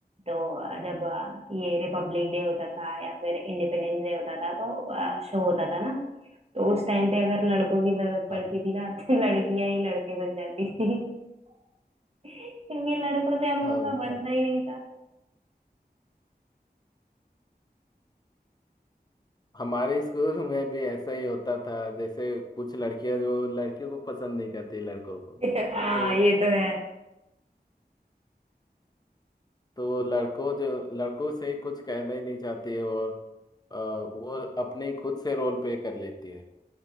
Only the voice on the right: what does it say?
तो अ, जब अ, ये रिपब्लिक डे होता था या फिर इंडिपेंडेंस डे होता था तो शो होता था ना तो उस टाइम पे अगर लड़कों की जरूरत पड़ती
थी ना तो <laughs> लड़कियां ही लड़के बन जाती थी <laughs> क्योंकि लड़कों से हम
लोग का बनता
ही नहीं था
<laughs> हाँ
ये तो है